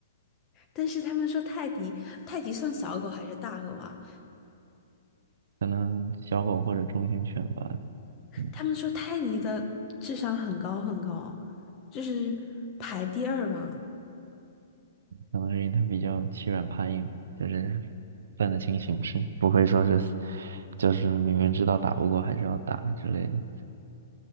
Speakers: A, on the left (about 20°); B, on the right (about 60°).
A: 但是他们说泰迪，泰迪算小狗还是大狗啊？
B: 可能小狗或者中型犬吧，嗯，
A: 他们说泰迪的智商很高很高，就是排第二吧。
B: 可能是因为它比较欺软怕硬，就是分得清形势，不会说是就是明明知道打不过还是要打之类的。